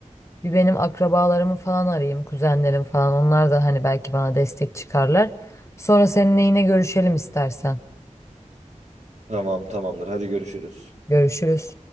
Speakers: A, on the left; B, on the right.
A: bir benim akrabalarımı falan arayayım, kuzenlerim falan. Onlar da hani belki bana destek çıkarlar. Sonra seninle yine görüşelim istersen.
B: Tamam tamamdır hadi görüşürüz.
A: Görüşürüz.